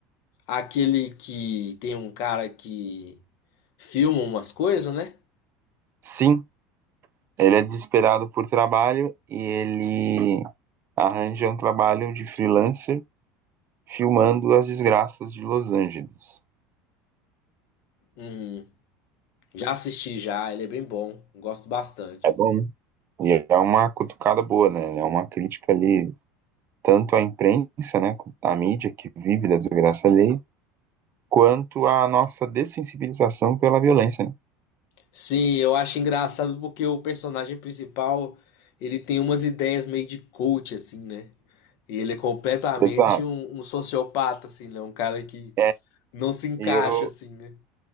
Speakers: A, on the left; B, on the right.
A: Aquele que tem um cara que filma umas coisas, né?
B: Sim, ele é desesperado por trabalho e ele arranja um trabalho de freelancer filmando as desgraças de Los Angeles.
A: Uhum. Já assisti já, ele é bem bom, gosto bastante.
B: É bom, né? E é uma cutucada boa, né? É uma crítica ali, tanto à imprensa, né, à mídia que vive da desgraça alheia, quanto à nossa dessensibilização pela violência, né?
A: Sim, eu acho engraçado porque o personagem principal, ele tem umas ideias meio de coach, assim, né? E ele é completamente
B: Exato.
A: um, um sociopata, assim, né? Um cara que
B: É,
A: não se encaixa,
B: e eu,
A: assim, né?